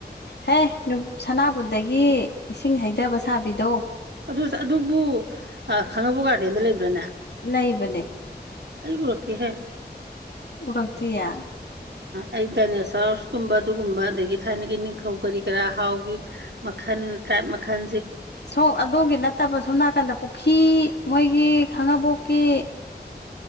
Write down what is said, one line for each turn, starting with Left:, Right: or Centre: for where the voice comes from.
Left: ꯍꯦ ꯁꯅꯥꯕꯨꯟꯗꯒꯤ ꯏꯁꯤꯡ ꯍꯩꯊꯕ ꯁꯥꯕꯤꯗꯣ
Right: ꯑꯗꯨ ꯑꯗꯨꯕꯨ ꯈꯥꯡꯉꯕ ꯒꯥꯔꯗꯦꯟꯗ ꯂꯩꯕ꯭ꯔꯥꯅꯦ
Left: ꯂꯩꯕꯅꯦ
Right: ꯑꯩꯕꯨꯂꯛꯇꯛꯇ ꯍ
Left: ꯎꯔꯇꯌꯥ
Right: ꯑꯩ ꯗꯥꯏꯅꯦꯁꯔꯁ ꯀꯨꯝꯕ ꯑꯗꯨꯒꯨꯝꯕ ꯑꯗꯒꯤ ꯊꯥꯏꯅꯒꯤ ꯅꯤꯡꯊꯧ ꯀꯔꯤ ꯀꯔꯥ ꯍꯥꯎꯒꯤ ꯃꯈꯜ ꯇꯥꯏꯞ ꯃꯈꯜ
Left: ꯁꯣ ꯑꯗꯣꯝꯒꯤ ꯅꯠꯇꯕ ꯁꯣꯝ ꯅꯥꯀꯟꯗ ꯄꯨꯈ꯭ꯔꯤ ꯃꯣꯏꯒꯤ ꯈꯥꯉꯕꯣꯛꯀꯤ